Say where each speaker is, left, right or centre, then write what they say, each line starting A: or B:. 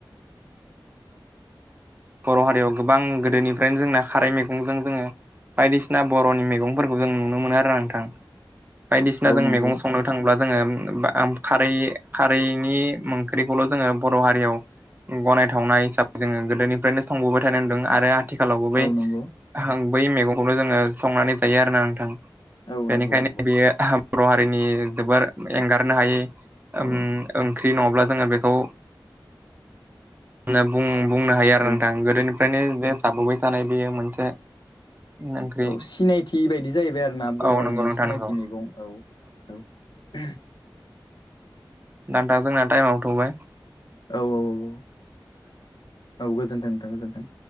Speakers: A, on the right; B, on the left.
A: बर' हारियाव गोबां गोदोनिफ्रायनो जोंना खारै मैगंजों जोङो बायदिसिना बर'नि मैगंफोरखौ जों नुनो मोनो आरोना नोंथां। बायदिसिना
B: औ
A: जों
B: नंगौ
A: मैगं संनो थाङोब्ला जोङो खारै खारैनि ओंख्रिखौल' जोङो बर' हारियाव गनायथावनाय हिसाबै जोङो गोदोनिफ्रायनो संबोबाय थानाय नुदों आरो आथिखालावबो बै
B: औ नंगौ
A: बै मैगंखौनो जोङो संनानै जायो आरोना नोंथां
B: औ
A: बेनिखायनो
B: नंगौ नंगौ
A: बेयो बर' हारिनि जोबोर एंगारनो हायै ओम
B: औ
A: ओंख्रि नङाब्ला जोङो बेखौ ना बुं बुंनो हायो आरो
B: औ
A: नोंथां गोदोनिफ्रायनो जे थाबोबाय थानाय बेयो मोनसे ओंख्रि
B: औ सिनायथि बायदि जाहैबाय आरोना बर'
A: औ
B: हारिनि
A: नंगौ नोंथां
B: सिनायथि
A: नंगौ
B: मैगं औ औ। उह
A: दान्था जोंना टाइमाव थ'बाय।
B: औ औ औ औ औ गोजोन्थों नोंथां गोजोन्थों।